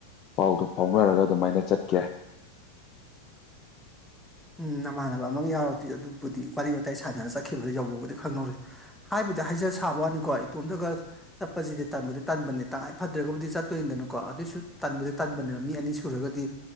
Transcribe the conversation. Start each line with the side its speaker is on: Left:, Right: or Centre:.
Left: ꯄꯥꯎꯗꯨ ꯐꯥꯎꯅꯔꯒ ꯑꯗꯨꯃꯥꯏꯅ ꯆꯠꯀꯦ
Centre: ꯎꯝ ꯅꯃꯥꯟꯅꯕ ꯑꯃꯒ ꯌꯥꯎꯔꯗꯤ ꯑꯗꯨꯕꯨꯗꯤ ꯋꯥꯔꯤ ꯋꯥꯋꯇꯥꯏ ꯁꯥꯟꯅꯔꯒ ꯆꯠꯈꯤꯕꯗ ꯌꯧꯕꯕꯨꯗꯤ ꯈꯪꯍꯧꯔꯣꯢ ꯍꯥꯏ ꯕꯨꯗꯤ ꯍꯥꯏꯖ ꯁꯥꯕ ꯋꯥꯅꯤꯀꯣ ꯏꯇꯣꯝꯇꯒ ꯆꯠꯄꯁꯤꯗꯤ ꯇꯟꯕꯨꯗꯤ ꯇꯟꯕꯅꯤ ꯇꯉꯥꯏ ꯐꯗ꯭ꯔꯒꯕꯨꯗꯤ ꯆꯠꯇꯣꯏꯅꯤꯗꯥꯅꯀꯣ ꯑꯗꯨꯏꯁꯨ ꯇꯟꯕꯨꯗꯤ ꯇꯟꯥꯟꯕꯅꯦꯕ ꯃꯤ ꯑꯅꯤ ꯁꯨꯔꯒꯗꯤ